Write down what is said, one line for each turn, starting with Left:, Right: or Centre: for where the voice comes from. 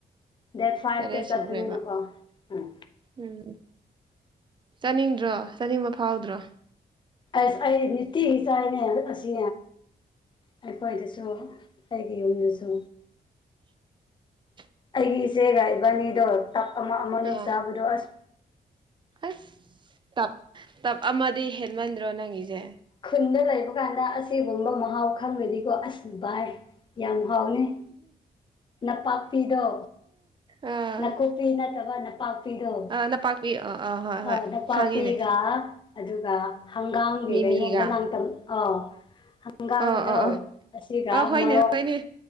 Left: ꯗꯦꯠ ꯐꯥꯏꯐ
Right: ꯇꯔꯦꯠ
Left: ꯇ ꯆꯠꯄꯅꯤꯅꯀꯣ
Right: ꯁꯨꯈ꯭ꯔꯦꯕ
Left: ꯎꯝ
Right: ꯎꯝ ꯆꯥꯅꯤꯡꯗ꯭ꯔꯣ ꯆꯥꯅꯤꯡꯕ ꯐꯥꯎꯗ꯭ꯔꯣ
Left: ꯑꯥ ꯑꯩꯗꯤ ꯅꯨꯇꯤꯒꯤ ꯆꯥꯏꯅꯦ ꯑꯁꯤ ꯑꯩꯈꯣꯏꯗꯁꯨ ꯑꯩꯒꯤ ꯌꯨꯝꯗꯁꯨ
Right: <inaudible>
Left: ꯑꯩꯒꯤ ꯏꯆꯦꯒ ꯏꯕꯥꯅꯤꯗꯣ ꯇꯞ ꯑꯃ ꯑꯃꯅꯤ
Right: ꯑꯣ
Left: ꯆꯥꯕꯗꯣ ꯑꯁ
Right: ꯑꯁ ꯇꯞ ꯇꯞ ꯑꯃꯗꯤ ꯍꯦꯟꯃꯟꯗ꯭ꯔꯣ ꯅꯪꯒꯤꯁꯦ
Left: ꯈꯨꯟꯗ ꯂꯩꯕ ꯀꯥꯟꯗ ꯑꯁꯤꯒꯨꯝꯕ ꯃꯍꯥꯎ ꯈꯪꯒ꯭ꯔꯥꯗꯤꯀꯣ ꯑꯁ ꯕꯥꯏ ꯌꯥꯝ ꯍꯥꯎꯋꯦ ꯅꯄꯥꯛꯄꯤꯗꯣ
Right: ꯑꯥ
Left: ꯅꯥꯀꯨꯞꯄꯤ ꯅꯠꯇꯕ ꯅꯄꯥꯛꯄꯤꯗꯣ
Right: ꯑꯥ ꯅꯄꯥꯛꯄꯤ ꯑꯥ ꯑꯥ ꯍꯣꯏ
Left: ꯍꯣꯢ
Right: ꯍꯣꯏ
Left: ꯅꯄꯥꯛꯄꯤꯒ
Right: ꯈꯪꯉꯤꯅꯦ
Left: ꯑꯗꯨꯒ ꯍꯪꯒꯥꯝꯒꯤ
Right: ꯃꯤꯃꯤꯒ
Left: ꯀꯩꯅꯣꯝꯗ ꯅꯥꯡꯇꯝ ꯑꯥꯎ ꯍꯪꯒꯥꯥꯡꯒꯤꯗꯣ
Right: ꯑꯥ ꯑꯥ ꯑꯥ
Left: ꯑꯁꯤꯒ
Right: ꯑꯥ ꯍꯣꯏꯅꯦ
Left: ꯃꯣꯔꯣꯛ
Right: ꯍꯣꯏꯅꯦ